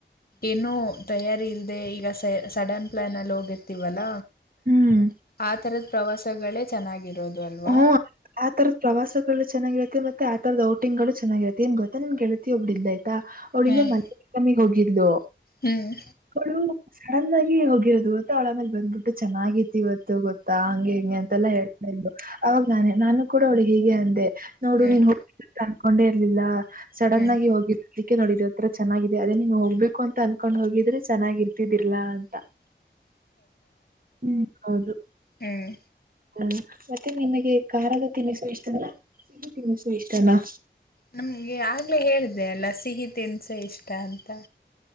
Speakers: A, on the left (about 55°); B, on the right (about 50°).
A: ಏನು ತಯಾರಿ ಇಲ್ದೆ ಈಗ ಸ ಸಡನ್ ಪ್ಲಾನ್ ಅಲ್ಲಿ ಹೋಗಿರ್ತಿವಲ್ಲ
B: ಹ್ಮ್
A: ಆ ತರದ ಪ್ರವಾಸಗಳೇ ಚೆನ್ನಾಗಿರೋದು ಅಲ್ವಾ
B: ಹ್ಮ ಆ ತರದ್ ಪ್ರವಾಸಗಳು ಚೆನ್ನಾಗಿರುತ್ತೆ ಮತ್ತೆ ಆ ತರದ ಔಟಿಗಳು ಚನ್ನಾಗಿರುತ್ತೆ ಏನ್ ಗೊತ್ತಾ ನಿಮ್ಗೆಳ್ತಿಯ ಒಬ್ಬಡ ಇದ್ದ ಆಯ್ತಾ ಅವಳಲ್ಲ
A: ಹ್ಮ್
B: ಮ ಕಮ್ಮಿಗ್ ಹೋಗಿದ್ಲು
A: ಹ್ಮ್
B: ಳು ಸಡನ್ ಆಗಿ ಹೋಗಿರೋದು ಗೊತ್ತಾ ಒಳ ಮಾಗ ಬಂದ್ಬಿಟ್ಟು ಚೆನ್ನಾಗಿತಿ ಇವತ್ತು ಗೊತ್ತಾ ಹಂಗೆ ಹಿಂಗೆ ಅಂತೆಲ್ಲಾ ಹೇಳ್ತಾ ಇದ್ ಅವಾಗ ನಾನೇ ನಾನು ಕೂಡ ಅವಳಿಗೆ ಹೀಗೆ ಅಂದೆ ನೋಡು
A: ಹ್ಮ್
B: ನೀನ್ ಹೋಗ ಅನ್ಕೊಂಡೇ ಇರ್ಲಿಲ್ಲ ಸಡನ್
A: ಹ್ಮ್
B: ಆಗಿ ಹೋಗಿದ ಅದಕ್ಕೆ ನೋಡಿದವಿ ಆಥರ ಚೆನ್ನಾಗಿದೆ ಅದೇ ನೀವು ಹೋಗಬೇಕು ಅಂತ ಅನ್ಕೊಂಡ್ ಹೋಗಿದ್ರೆ ಚೆನ್ನಾಗಿ ಇರ್ತಿದಿಲ್ಲಾ ಅಂತ
A: ಹ
B: ಹ್ಮ್ ಹೌದು
A: ಹ್ಮ್
B: ಹ ಮತ್ತೆ ನಿಮಗೆ ಖಾರದ ತಿನ್ನಿಸ ಇಷ್ಟನಾ ತಿನ್ನಿಸ ಇಷ್ಟನಾ
A: ನಮ್ಗೆ ಆಗ್ಲೇ ಹೇಳಿದೆ ಅಲ್ಲ ಸಿಹಿ ತನ್ಸ ಇಷ್ಟ ಅಂತ